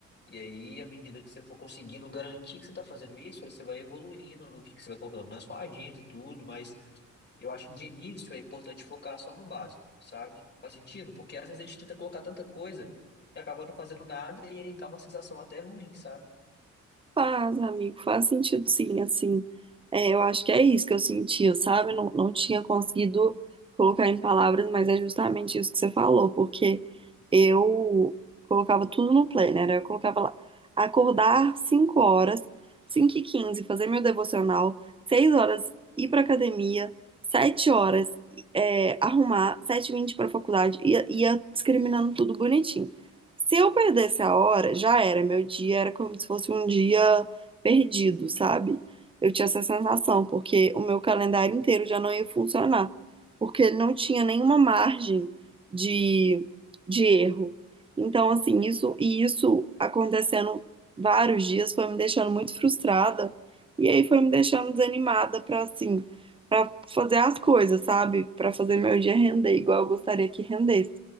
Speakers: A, on the left; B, on the right.
A: E aí, à medida que você for conseguindo garantir que você está fazendo isso, aí você vai evoluindo no que que você vai colocando na sua agenda e tudo, mas eu acho que de início é importante focar só no básico, sabe? Faz sentido? Porque às vezes a gente tenta colocar tanta coisa que acaba não fazendo nada e aí dá uma sensação até ruim, sabe?
B: Faz, amigo, faz sentido sim, assim, é, eu acho que é isso que eu sentia, sabe? Não, não tinha conseguido colocar em palavras, mas é justamente isso que você falou, porque eu colocava tudo no planner, eu colocava lá, acordar 5 horas, cinco e 15, fazer meu devocional, 6 horas ir pra academia, 7 horas é, arrumar, sete e 20 pra faculdade, ia, ia discriminando tudo bonitinho. Se eu perdesse a hora, já era. Meu dia era como se fosse um dia perdido, sabe? Eu tinha essa sensação, porque o meu calendário inteiro já não ia funcionar, porque ele não tinha nenhuma margem de, de erro. Então, assim, isso e isso acontecendo vários dias foi me deixando muito frustrada e aí foi me deixando desanimada para assim, para fazer as coisas, sabe? Para fazer meu dia render igual eu gostaria que rendesse.